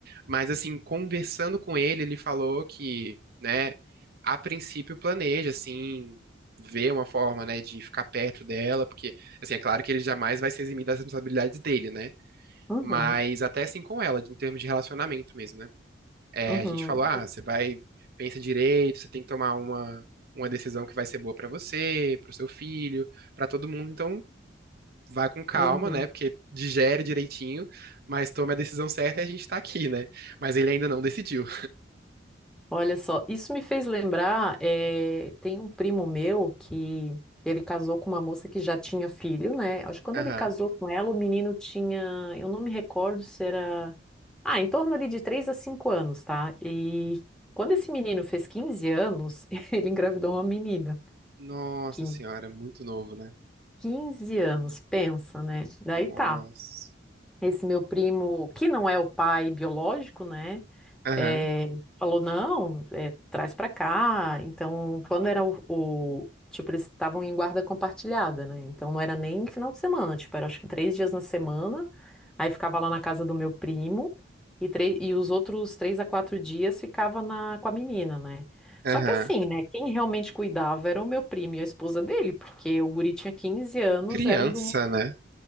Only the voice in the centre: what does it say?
uhum,
uhum,
É. uhum.
Olha só, isso me fez lembrar, eh, tem um primo meu que ele casou com uma moça que já tinha filho, né? Acho que quando
ele casou com ela, o menino tinha, eu não me recordo se era, ah, em torno ali de 3 a 5 anos, tá? E quando esse menino fez 15 anos, <laughs> ele engravidou uma menina,
que
15 anos, pensa, né? Daí
tá, esse meu primo, que não é o pai biológico, né?
eh, falou, não, eh, traz pra cá. Então, quando era o, o- Tipo, eles estavam em guarda compartilhada, né? Então, não era nem final de semana. Tipo, era acho que três dias na semana. Aí, ficava lá na casa do meu primo. E, tre- e os outros três a quatro dias ficava na... com a menina, né?
Só que assim, né? Quem realmente cuidava era o meu primo e a esposa dele. Porque o guri tinha 15 anos,
era ainda um,